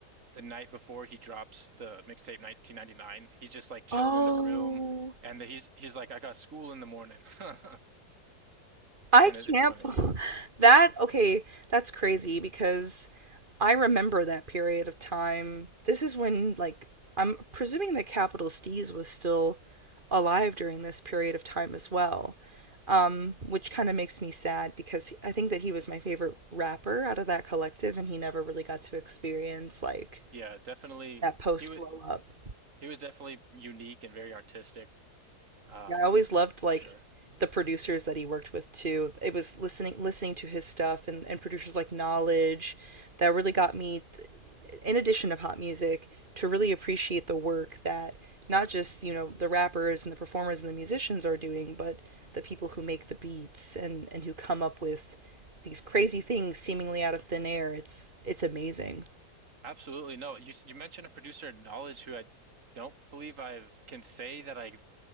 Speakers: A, on the right; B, on the right.
A: The night before he drops the mixtape 1999, he's just like chilling
B: Oh,
A: in the room, and he's he's like, "I got school in the morning." <laughs>
B: I
A: And
B: can't.
A: it, it's funny.
B: bel- <laughs> That, okay, that's crazy because I remember that period of time. This is when, like, I'm presuming that Capital Steez was still alive during this period of time as well, um, which kind of makes me sad because I think that he was my favorite rapper out of that collective and he never really got to experience, like,
A: Yeah, definitely.
B: that post
A: He was
B: blow up
A: he was definitely unique and very artistic, um,
B: Yeah, I always loved
A: for
B: like
A: sure.
B: the producers that he worked with too. It was listening listening to his stuff and, and producers like Knowledge that really got me in addition to pop music to really appreciate the work that not just, you know, the rappers and the performers and the musicians are doing, but the people who make the beats and and who come up with these crazy things seemingly out of thin air. It's it's amazing.
A: Absolutely. No, you s- you mentioned a producer in Knowledge who I don't believe I can say that I